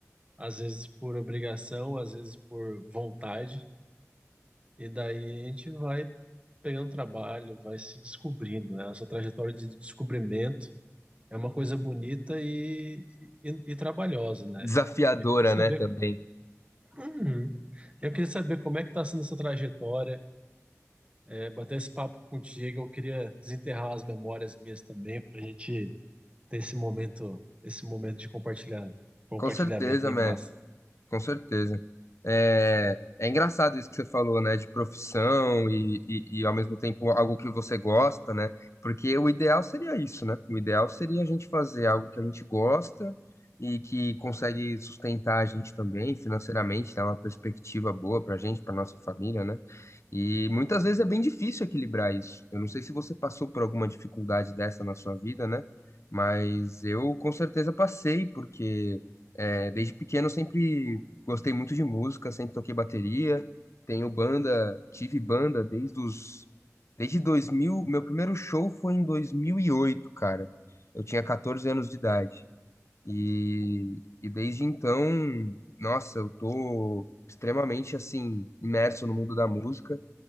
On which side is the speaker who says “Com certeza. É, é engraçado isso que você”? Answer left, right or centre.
Left